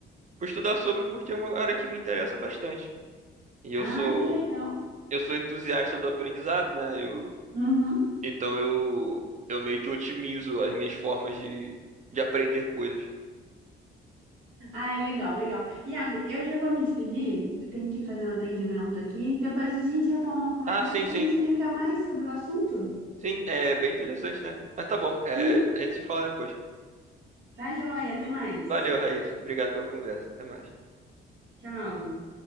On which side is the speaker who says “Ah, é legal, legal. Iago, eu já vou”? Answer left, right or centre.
Right